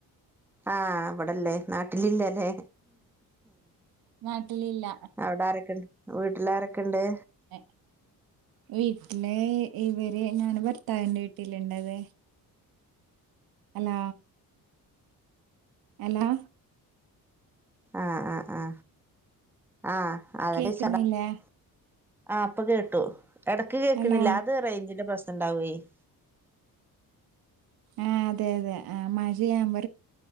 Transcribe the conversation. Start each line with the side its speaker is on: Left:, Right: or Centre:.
Centre: ആഹ് ഇവിടല്ലേ നാട്ടിലില്ലല്ലേ
Right: നാട്ടിലില്ല
Centre: അവിടെ വീട്ടിൽ ആരൊക്കെയുണ്ട്
Right: ഏ, വീട്ടില് ഇവര് ഞാന് ഭർത്താവിന്റെ വീട്ടില ഇണ്ടാവെ അല്ല എല്ലാ
Centre: അ അ അ അ അ അ
Right: കേക്കുന്നില്ലേ
Centre: ഇപ്പ കേട്ടു അത്
Right: ഹലോ
Centre: റേഞ്ചിന്റെ പ്രശ്നം ഉണ്ടാവെ -
Right: എ അതെ അതെ ആ മഴയാമ്പ